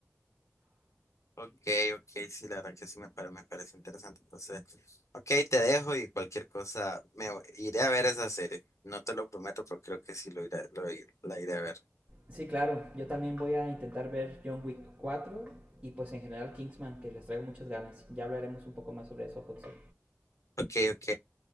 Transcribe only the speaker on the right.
Sí, claro, yo también voy a intentar ver John Wick 4 y pues en general Kingsman, que les traigo muchas ganas. Ya hablaremos un poco más sobre eso, Hudson.